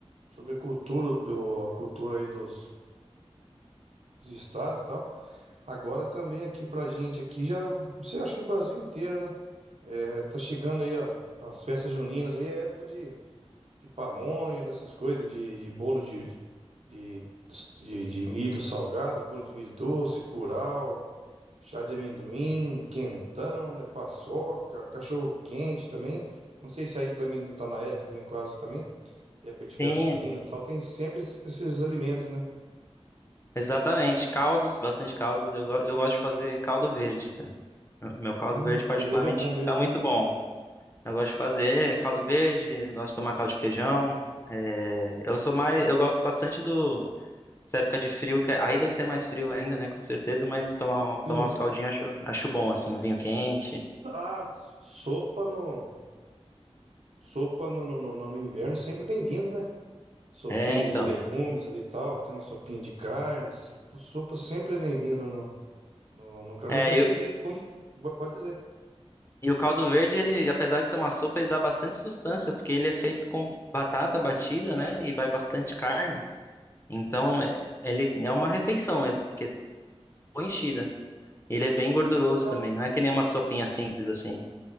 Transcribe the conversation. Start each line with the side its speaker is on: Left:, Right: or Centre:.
Right: sobre cultura, o- a cultura aí dos, dos estados e tal. Agora também aqui pra gente aqui já, não sei, acho que o Brasil inteiro, né? É, tá chegando aí a- as festas juninas aí, é época de, de pamonha, dessas coisas, de, de bolo de, de, de, de milho salgado, bolo de milho doce, curau, chá de amendoim, quentão, né? Paçoca, cachorro quente também. Não sei se aí também tá na época também quase também, época de festa
Left: tem,
Right: junina e tal, tem sempre esses esses alimentos, né?
Left: exatamente, caldos, bastante caldos. Eu, go- eu gosto de fazer caldo verde, cara. Meu meu caldo
Right: Hum,
Left: verde
Right: caldo
Left: particularmente
Right: verde é bom mesmo,
Left: fica muito
Right: hein?
Left: bom. Eu gosto de fazer caldo verde, eu gosto de tomar caldo de feijão. é, Eu sou mais, eu gosto bastante do Essa época de frio, que é, aí deve ser mais frio ainda, né? Com certeza, mas tomar, um- tomar
Right: Sim.
Left: uns caldinhos acho, acho bom, assim, um vinho quente.
Right: Ah, sopa no, sopa no, no, no, no inverno, sempre bem-vindo, né? Sopinha
Left: É, então.
Right: ali de legumes ali e tal, tem uma sopinha de carnes, sopa sempre é bem-vindo no, no, no caldo.
Left: É,
Right: Mas como você
Left: e, o-
Right: diz, como- pode dizer.
Left: e o caldo verde, ele, apesar de ser uma sopa, ele dá bastante sustância, porque ele é feito com batata batida, né? E vai bastante carne. Então, é- ele é uma refeição mesmo, porque é boa enchida. Ele é bem gorduroso
Right: Esse caldo.
Left: também, não é que nem uma sopinha simples assim.